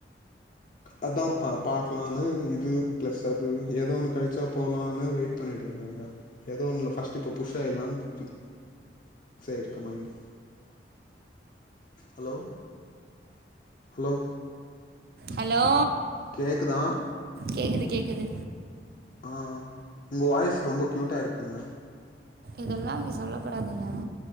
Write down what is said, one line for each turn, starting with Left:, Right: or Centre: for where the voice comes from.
Left: அதா பா பாக்கலானு இது ப்ளஸ் அது ஏதோ ஒன்னு கெடைச்சா போலானு வெயிட் பண்ணிட்டுருக்கேங்க எதோ ஒன்னுல ஃபர்ஸ்ட்டு இப்ப புஷ் ஆயிலானு பிக்ஸ் ஆயிருக்கு மைண்ட் ஹலோ ஹலோ
Right: ஹலோ
Left: கேக்குதா
Right: கேக்குது கேக்குது
Left: ஆ ஒங்க வாய்ஸ் ரொம்ப க்யூட்டா இருக்குங்க
Right: இதெல்லா இங்க சொல்லக்கூடாதுங்க